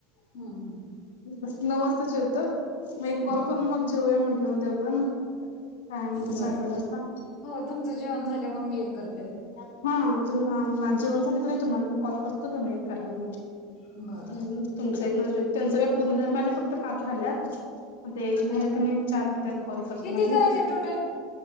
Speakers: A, on the left (about 60°); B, on the left (about 80°).
A: हं हं
B: नऊ वाजता जेवतो, मग एक कॉल
A: हं.
B: करून मग जेऊया म्हंटलं होते आपण. टायम होता
A: बरं
B: सॅटर्डेचा.
A: हो तुमचं जेवण झाल्यावर मग मी एक कर
B: हा तुम माझ जेवण झालं क नाही तुम्हाला मी कॉल करतो तुम्ही करा मग.
A: बरं बरं
B: तुमचं एक, माझं एक, त्यांचं का पूर्ण झाल माझे फक्त पाच राहील्यात. आता एक झालं
A: काय
B: कनाय चार राहत्यात कॉल फक्त
A: किती
B: माझे,
A: करायचे टोटल?